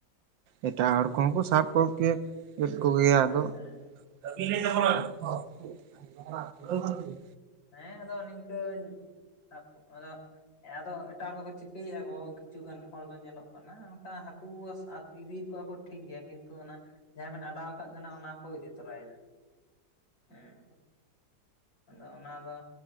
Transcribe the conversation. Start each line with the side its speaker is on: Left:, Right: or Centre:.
Right: ᱮᱴᱟᱜ ᱦᱚᱲ ᱠᱚᱦᱚᱸ ᱠᱚ ᱥᱟᱵ ᱠᱚᱜ ᱠᱮᱜ ᱠᱚᱜᱮᱭᱟ ᱟᱫᱚᱜ
Left: ᱦᱮᱸ
Right: ᱠᱟᱹᱢᱤ ᱞ <unintelligible> ᱛ <unintelligible>
Left: ᱦᱮᱸ ᱟᱫᱚ ᱱᱤᱝᱠᱟᱹᱧ ᱟᱸᱜ ᱠᱚ ᱟᱫᱚ᱾ ᱦᱮᱸ ᱟᱫᱚ ᱮᱴᱟᱜ ᱦᱚᱲ ᱫᱚᱠᱚ ᱪᱤᱠᱟᱹᱭᱮᱭᱟ ᱠᱚ, ᱠᱤᱪᱷᱩ ᱜᱟᱱ ᱦᱚᱲ ᱫᱚ ᱧᱮᱞᱚᱜ ᱠᱟᱱᱟ ᱚᱱᱠᱟ ᱦᱟᱠᱩ ᱥᱟᱛ ᱤᱫᱤᱭᱮᱫ ᱠᱚᱣᱟ ᱠᱚ᱾ ᱴᱷᱤᱠ ᱜᱮᱭᱟ ᱠᱤᱱᱛᱩ ᱚᱱᱟ ᱡᱟᱦᱟᱸ ᱵᱮᱱ ᱟᱰᱟᱣ ᱠᱟᱜ ᱠᱟᱱᱟ, ᱚᱱᱟ ᱦᱚᱸᱠᱚ ᱤᱫᱤ ᱛᱚᱨᱟᱭᱮᱫᱟ᱾ ᱦᱮᱸ, ᱟᱫᱚ ᱚᱱᱟ ᱫᱚ